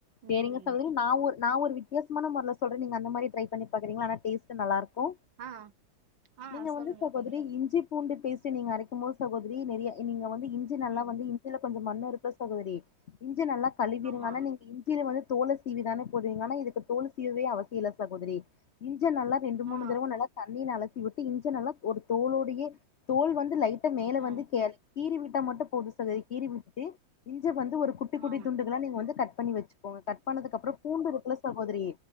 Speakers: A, on the right; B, on the left.
A: ம்
B: சேரிங்க சகோதரி நா ஒரு நா ஒரு வித்தியாசமான மொறைல சொல்றே நீங்க அந்த மாரி ட்ரை பண்ணி பாக்குறீங்ளா ஆனா டேஸ்ட் நல்லாருக்கு
A: ஆ ஆ
B: நீங்க
A: சொல்லுங்க
B: வந்து சகோதரி
A: தோழி
B: இஞ்சி பூண்டு பேஸ்ட்டு நீங்க அரைக்கும் போது சகோதரி நெறைய நீங்க வந்து இஞ்சி நல்லா
A: ம்
B: வந்து கொஞ்ச மண்ணி ருக்கு சகோதரி இஞ்ச நல்லா கழுவிருங்க
A: ஆமா
B: ஆனா நீங்க இஞ்சியில வந்து தோல சீவிதானே போடுவீங்க ஆனா இதுக்கு தோலு சீவவே அவசிய ல்ல சகோதரி இஞ்ச நல்லா ரெண்டு மூணு
A: ஆ
B: தடவ நல்ல தண்ணில அலசி வுட்டு இஞ்ச நல்லா ஒரு தோலோடையே தோல் வந்து லைட் மேல
A: ஆ
B: வந்து கே கீறி விட்டா மட்டு போது சகோத்ரி கீறி விட்டு இஞ்ச வந்து ஒரு குட்டி குட்டி
A: ஆ
B: துண்டுகளா நீங்க வந்து கட் பண்ணி வச்சுகோங்க கட் பண்ணதுக்கப்றோ பூண்டு ருக்கில்ல சகோதரி